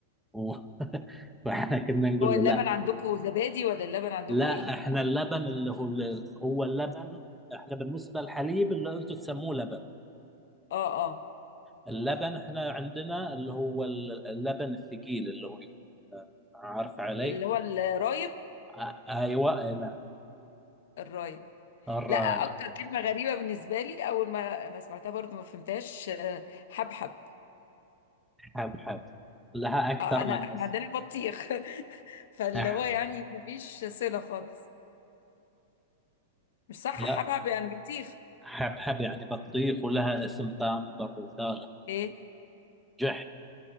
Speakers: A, in the centre; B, on the left.
A: و... <laughs> فاحنا كنا نقول
B: هو اللبن
A: له لا
B: عندكم زبادي ولا اللبن عندكم
A: لا
B: ايه
A: احنا اللبن اللي هو هو اللبن احنا بالنسبه للحليب اللي انتم تسموه لبن
B: اه اه
A: اللبن احنا عندنا اللي هو اللبن الثقيل اللي هو عارف علي
B: اللي هو الرايب
A: آ- ايوه أي نعم
B: الرايب
A: الرايب
B: لا اكتر كلمة غريبة بالنسبة لي اول ما ما سمعتها برضو ما فهمتهاش آه، حبحب
A: حب حب لها اكثر
B: آه انا
A: من
B: احنا
A: اسم
B: عندنا بطيخ <laughs> فاللي
A: أح-
B: هو يعني ما فيش صلة خالص مش صح
A: لا
B: حبحب يعني بطيخ
A: حبحب يعني بطيخ ولها اسم ثاني برضو ثالث
B: ايه
A: جح